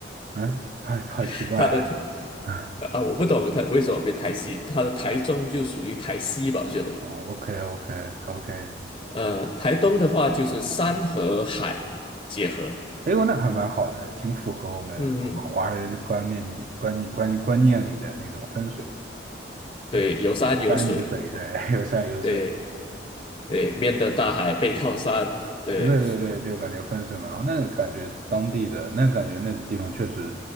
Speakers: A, on the right; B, on the left.
A: 嗯，好好奇怪呀、
B: <laughs> 他的台
A: <laughs>
B: 啊，我不懂他为什么被台西，他的台中就属于台西吧，我觉得。
A: 哦，OK OK OK，
B: 呃，台东的话就是山和海结合。
A: 哎呦，那还蛮好的，挺符合我们我们华人观念里观念观观念里的那种分水，
B: 嗯嗯，对，有山有水，
A: 山有水，对，<laughs> 有山有水。
B: 对对，面的大海，背靠山，对
A: 对对对，就感觉分水嘛，然后那感觉当地的那感觉那地方确实，